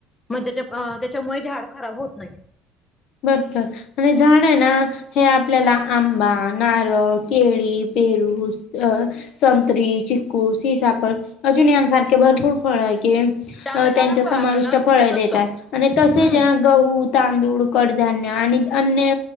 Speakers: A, on the left; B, on the left.
A: म्हणजे त्याच्या त्याच्यामुळे झाड खराब होत नाही.
B: बरं बरं आणि झाडे आहे ना? हे आपल्याला आंबा नारळ केळी पेरू अ संतरी, चिक्कू, सीताफळ, अजुन यांसाराखे भरपूर फळ आहे की
A: चांगलं
B: अ
A: चांगलं
B: त्यांच्या
A: फळ
B: समाविष्ट
A: आपल्याला
B: फळे
A: देत असतो
B: देतात आणि तसे
A: हम्म
B: ज्यांना गहू तांदूळ कडधान्य आणि अन्य